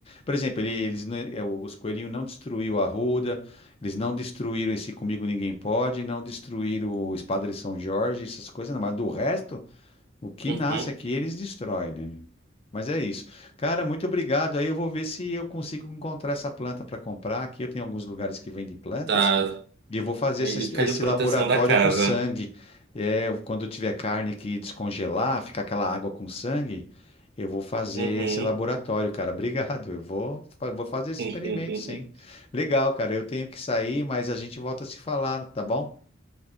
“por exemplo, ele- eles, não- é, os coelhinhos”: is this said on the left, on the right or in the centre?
Left